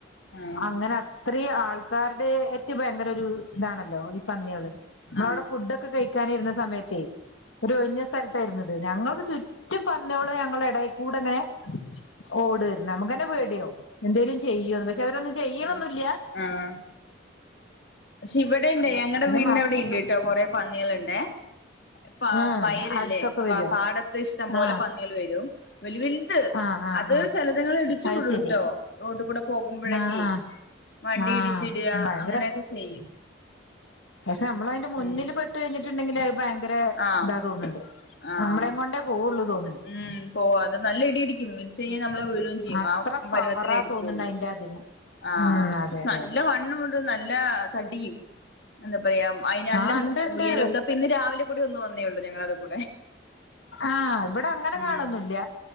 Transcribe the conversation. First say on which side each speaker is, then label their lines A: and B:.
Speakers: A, on the left (about 60°); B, on the left (about 90°).
A: ആഹ് ആഹ്
B: അങ്ങനെ അ ത്രീം ആൾക്കാര്ടെ ഏറ്റ് ഭയങ്കര ഒരു ഇതാണല്ലോ ഈ പന്ന്യേള്. നമ്മള്
A: ആഹ്
B: അവിടെ ഫുഡ് ഒക്കെ കഴിക്കാൻ ഇരുന്ന സമയത്തേ ഒരു ഒഴിഞ്ഞ സ്ഥലത്തായിരുന്നു അത് ഞങ്ങൾക്ക് ചുറ്റും പന്ന്യോള് ഞങ്ങളെ എടേക്കൂടെ ഇങ്ങനെ ഓട്വേര്ന്നു നമുക്കന്നെ പേടിയാവും എന്തേലും ചെയ്യോന്ന് പക്ഷെ അവരൊന്നും ചെയ്യ്ണൊന്നുല്ല്യാ.
A: ആഹ് ആഹ് പക്ഷെ ഇവിടെ ഇണ്ടേ ഞങ്ങടെ വീടിന്റെ
B: മ
A: അവിടി ഇണ്ട്ട്ടോ കൊറേ പന്ന്യേള്ണ്ടേ. പാ
B: ആ
A: വയലല്ലേ
B: അടുത്തൊക്കെ വരുവോ
A: പ പാടത്ത് ഇഷ്ടം പോലെ
B: ആ
A: പന്ന്യേള് വെരും. വെല് വെൽത്
B: ആ ആ
A: അത്
B: ആ
A: ചെലത്ങ്ങള് ഇടിച്ച്
B: അത്
A: വീഴൂട്ടോ.
B: ശരി
A: റോഡി കൂടെ പോകുമ്പഴെക്കേ
B: ആഹ് ആഹ്
A: വണ്ടി
B: ആഹ്
A: ഇടിച്ചിടാ
B: ഭയങ്കര
A: അങ്ങനെയൊക്കെ ചെയ്യും.
B: പക്ഷെ നമ്മള് അതിന്റെ മുന്നില്
A: ഉം
B: പെട്ട് കഴിഞ്ഞിട്ടുണ്ടെങ്കില് അത് ഭയങ്കര
A: ആഹ്
B: ഇതാ തോന്നുണ്ട്
A: ആഹ്
B: നമ്മളേം കൊണ്ടേ പോവുള്ളു തോ
A: ഉം പോവും അത് നല്ല ഇടിഇടിക്കും ഇടിച്ച് കഴിഞ്ഞ നമ്മള് വീഴൂം ചെയ്യും
B: അത്ര
A: ആ
B: പവറാ
A: പരുവത്തിലേ ഇടിക്ക്യുള്ളൂ.
B: തോന്നുന്നുണ്ട് അതിന്റെ അതിന്
A: ആഹ്
B: ഉം അതെ
A: പക്ഷെ
B: അതെ
A: നല്ല
B: അതെ
A: വണ്ണു ത്‌ നല്ല തടിയും എന്താ പറയാ അയ്നല്ല
B: ആഹ്
A: ഹു
B: ഉണ്ട് ഉണ്ട്
A: ഉയരൊക്കെപ്പിന്ന് രാവിലെം കൂടി ഒന്ന് വ ന്നേയുള്ളൂ ഞങ്ങളത് കൂടെ
B: ആഹ് ഇബടെ അങ്ങനെ
A: ഉം
B: കാണാെന്നുല്ല